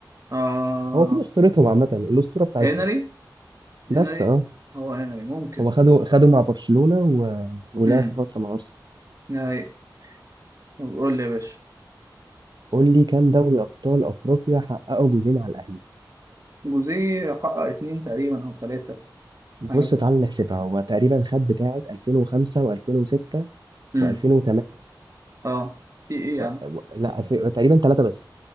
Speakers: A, on the right; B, on the right.
A: آه
B: هو في اسطورتهم عامه الاسطوره بتاعتهم
A: هنري
B: بس
A: هنري
B: اه
A: هو هنري ممكن
B: هو خده خده مع برشلونه و... ولعب
A: امم
B: في فتره مع ارسنال
A: نهائي قول لي يا باشا
B: قول لي كام دوري ابطال افريقيا حققه جوزين على الاهلي
A: جوزيه حقق اتنين تقريبا او تلاتة حاجة
B: بص
A: في-
B: تعال نحسبها هو تقريبا خد بتاعة 2005 و2006
A: امم
B: و2008
A: اه في ايه يا
B: و...
A: عم
B: و... لا الف... تقريبا ثلاثة بس